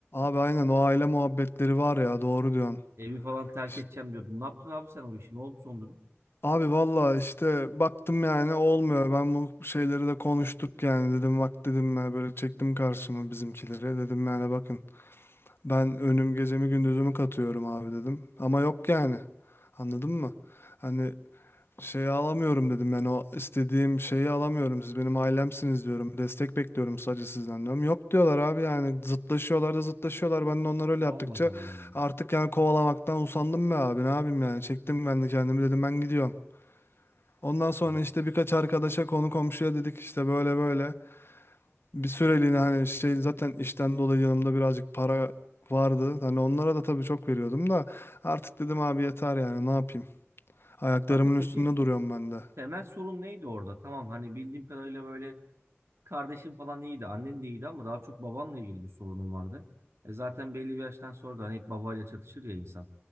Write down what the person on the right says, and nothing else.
Evi falan terk
edeceğim diyordun. Ne yaptın abi sen o işi? Ne oldu son durum?
Allah
Allah.
Ya,
Kanka peki
temel sorun neydi orada? Tamam hani bildiğim kadarıyla böyle kardeşin falan iyiydi. Annen de iyiydi ama daha çok babanla ilgili bir sorunun vardı. E zaten belli bir yaştan sonra da hani hep babayla çatışır ya insan.